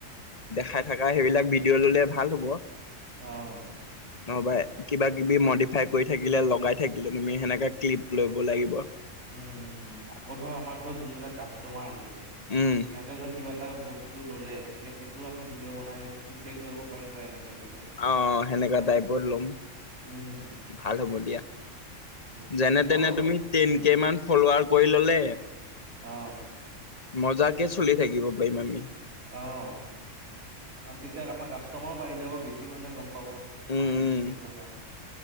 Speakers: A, on the left (about 35°); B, on the right (about 80°).
A: দেখাই থাকা, সেইবিলাক ভিডিঅ' ললে ভাল হ'ব।
B: অহ।
A: নহবা কিবা-কিবি মডিফাই কৰি থাকিলে লগাই থাকিলে তুমি সেনেকা ক্লিপ ল'ব লাগিব।
B: উম উম। আকৌ ধৰ আমাৰ ধৰ যোনবিলাক কাষ্টমাৰ আহিব
A: উম।
B: সিহঁতে ধৰ কিবা এটা বস্তু ল'লে তেতিয়া সেইটোৰো আমি ভিডিঅ' বনাই ফিডবেক ল'ব পাৰিম বা এনেকুৱা কিবা।
A: অহ, হেনেকা
B: ধৰ
A: টাইপত লম।
B: উম
A: ভাল হ'ব দিয়া।
B: তাকে
A: যেনে তেনে
B: আৰু
A: তুমি টেন
B: উম
A: কে মান ফলুৱাৰ কৰি ল'লে,
B: অ',
A: মজাকে চলি থাকিব পাৰিম আমি।
B: অ', কাৰণ তেতিয়া আমাৰ কাষ্টমাৰো বাঢ়ি যাব। বেছি মানুহে গম পাব। আমাৰ
A: উম
B: বিজনেছটো
A: উম
B: কথা।